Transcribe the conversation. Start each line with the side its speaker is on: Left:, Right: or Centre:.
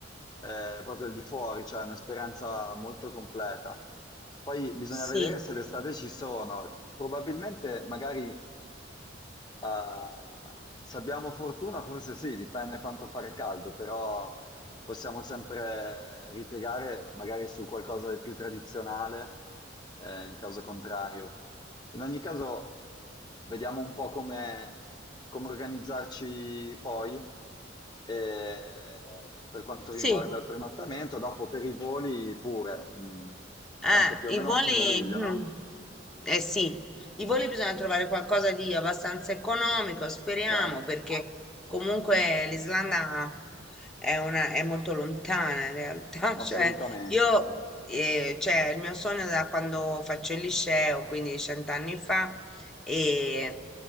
Left: eh, proprio al di fuori, cioè è un'esperienza molto completa. Poi bisogna
Centre: sì,
Left: vedere se d'estate ci sono. Probabilmente magari Ah, se abbiamo fortuna, forse sì, dipende quanto fare caldo, però possiamo sempre ripiegare magari su qualcosa di più tradizionale, eh, in caso contrario. In ogni caso, vediamo un po' come, come organizzarci poi, eh, per quanto
Centre: sì,
Left: riguarda il prenottamento, dopo per i voli pure, mm,
Centre: Eh,
Left: tanto più o meno
Centre: i voli,
Left: fine luglio,
Centre: mm,
Left: no?
Centre: eh sì, i voli bisogna trovare qualcosa di abbastanza economico, speriamo,
Left: Certo.
Centre: perché comunque l'Islanda è una, è molto lontana in realtà, <laughs> cioè
Left: Assolutamente.
Centre: io, eh, cioè il mio sogno da quando faccio il liceo, quindi cent'anni fa, e,